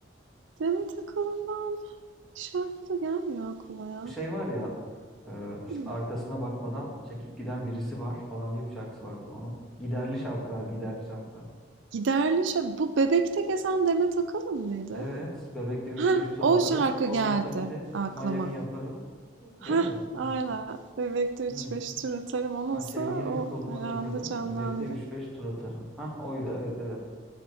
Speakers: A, on the right; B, in the centre.
A: Demet Akalın'dan şarkı da gelmiyor aklıma ya.
B: Bu şey var ya e, işte
A: Hıı.
B: arkasına bakmadan çekip giden birisi var falan diye bir şarkısı vardı onun. Giderli şarkılar, giderli şarkılar.
A: Giderli şa bu Bebek'te gezen Demet Akalın mıydı?
B: Evet, bebekte üç
A: Ha
B: beş tur
A: o
B: atarım.
A: şarkı
B: Olmadı
A: geldi
B: bir de
A: aklıma.
B: Miami yaparım. Değil
A: Ha
B: mi?
A: aynen.
B: Hı.
A: Bebek'te
B: Hı.
A: üç beş tur atarım. Onunsa
B: Ha, sevgilimi
A: o
B: koluma
A: öyle
B: takarım.
A: anda canlandı.
B: Bebekte üç beş tur atarım. Ha oydu evet evet.